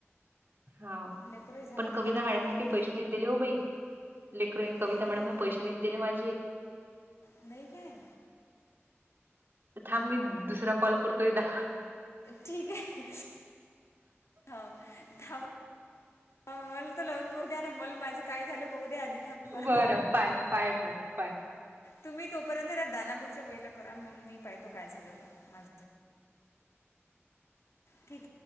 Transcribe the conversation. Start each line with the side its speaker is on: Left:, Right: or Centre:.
Right: हा
Left: लेकरही झालते
Right: पण कविता
Left: ना तेवढे
Right: मॅडमने
Left: भरपूर
Right: काही पैशनी दिले हो बाई लेख कविता
Left: नाही काय
Right: मॅडम पैसे न दिले माझे
Left: नाही काय
Right: थांब मी दुसरा कॉल करतोयदा
Left: ठीक आहे ह वा मला त लवून पाह द्या ना मल माझं काय झालं पाहू द्या आधी थांबा
Right: बरं पाय पाय मग पाय
Left: तुम्ही तोपर्यंत त्या दानापूरच्या वेला करा मग मी पाहतो काय झाल त माझ ठीक